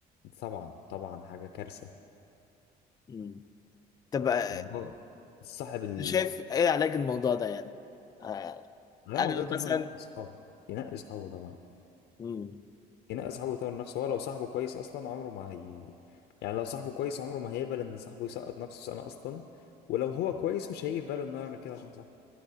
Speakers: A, on the left (about 80°); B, on the left (about 20°).
A: طبعا طبعا حاجه كارثه
B: مم. طب آه،
A: ان هو صاحب ال...
B: انت شايف ايه علاج الموضوع ده يعني؟ آه،
A: غير
B: انا
A: الموضوع ده
B: مثلا
A: ان هو ينقي اصحابه ينقي اصحابه طبعا
B: مم.
A: ينقي اصحابه ويطور نفسه هو لو صاحبه كويس اصلا عمره ما هي يعني لو صاحبه كويس عمره ما هيقبل ان صاحبه يسقط نفسه سنه اصلا ولو هو كويس مش هيجي في باله انه يعمل كده عشان صاحبه